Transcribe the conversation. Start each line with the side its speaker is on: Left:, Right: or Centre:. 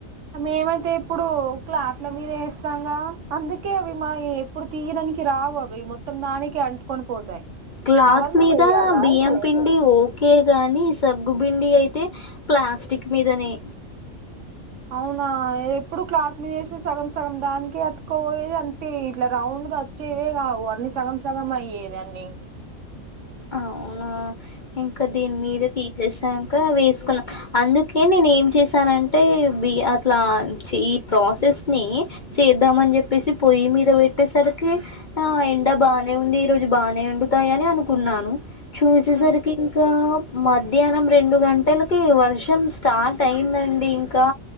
Right: మేమైతే ఎప్పుడు క్లాత్ మీద వేస్తాంగా అందుకే అవి మా ఎప్పుడు తీయడానికి రావు అవి మొత్తం దానికి పట్టుకొని పోతాయి
Left: క్లాత్
Right: కవర్
Left: మీద
Right: వేయాలా
Left: బియ్యం
Right: అయితే
Left: పిండి ఓ కె గాని సగ్గుబిండి అయితే ప్లాస్టిక్ మీదనే
Right: అవునా ఏ ఎప్పుడు క్లాత్ మీద ఎసి సగం సగం దానికి అతకుపోయేది అంటే ఇట్లా రౌండ్ వచ్చేవే కావు అన్ని సగం సగం అయ్యేది అన్ని
Left: అవునా ఇంకా దీని మీద తీసేసావు కాదా వేసుకున్నా అందుకే ఏ నేను ఏం చేశానంటే బి అట్లా ఈ ప్రాసెస్ ని చేద్దామని చెప్పేసి పొయ్యి మీద పెట్టేసరికి ఆ ద బాగానే ఉంది ఈ రోజు బాగానే అండుతాయి అని అనుకున్నాను చూసేసరికి
Right: ఆ,
Left: ఇంకా మధ్యాహ్నం రెండు గంటలకి వర్షం స్టార్ట్ అయింద అండి ఇంకా